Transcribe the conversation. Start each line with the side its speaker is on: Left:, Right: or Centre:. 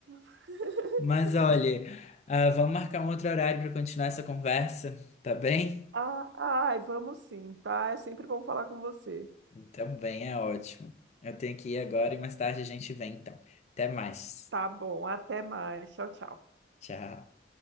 Right: <laughs>
Left: Mas olha, ah, vamos marcar um outro horário para continuar essa conversa, tá bem?
Right: Ah, ai, vamos sim, tá? É sempre bom falar com você.
Left: Então, bem, é ótimo. Eu tenho que ir agora e mais tarde a gente vem, então. Até mais.
Right: Tá bom, até mais. Tchau, tchau.
Left: Tchau.